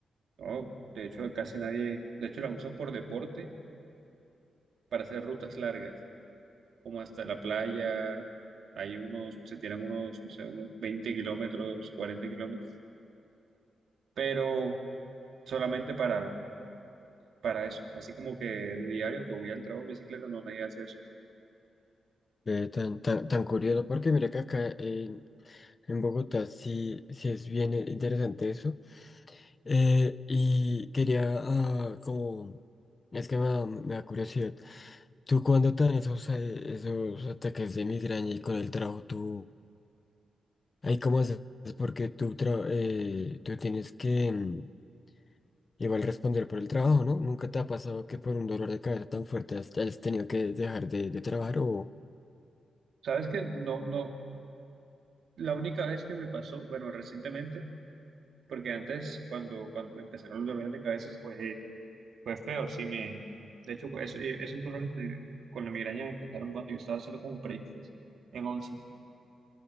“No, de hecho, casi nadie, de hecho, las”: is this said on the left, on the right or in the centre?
Right